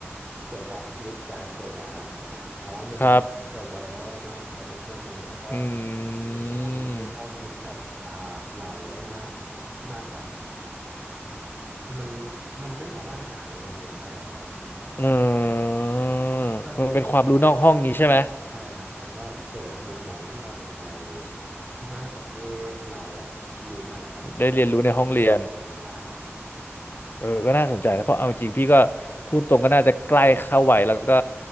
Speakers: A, on the right; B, on the left.
A: เกี่ยวกับ Rich Dad Poor Dad อะครับผมเพราะว่ามัน
B: ครับ
A: จะไวรัลมากครับในช่วงนี้แล้วก็
B: อื
A: ผมรู้สึกว่ามันให้ข้อคิดกับอ่าเราได้มาก
B: ม
A: มากแบบมันมันไม่สามารถหาในโรงเรียนได้อะครับพี่
B: เออ
A: ให้เราเห็น
B: มันเป็นความรู้นอกห้องนี้ใช่ไหม
A: ใช่ครับแล้วก็เปิดมุมมองให้เราเห็นอะไรมากกว่าที่เราแบบรู้มาแล้วอะครับ
B: ได้เรียนรู้ในห้องเรียน
A: ใช่ครับ
B: เออก็น่าสนใจนะเพราะเอาจริงพี่ก็พูดตรงก็น่าจะใกล้เข้าวัยแล้วก็